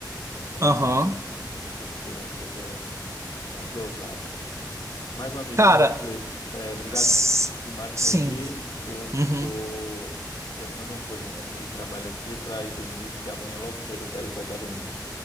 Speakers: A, on the left; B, on the right.
A: Então,
B: Aham.
A: também tem que ser uma coisa mais dosada. Mas, meu amigo,
B: Cara,
A: deixa eu dizer, é, obrigado
B: s-
A: demais
B: sim.
A: por me ouvir. Eu
B: Uhum.
A: tô terminando uma coisa, umas coisas de trabalho aqui para ir dormir, porque amanhã logo cedo eu quero ir para academia.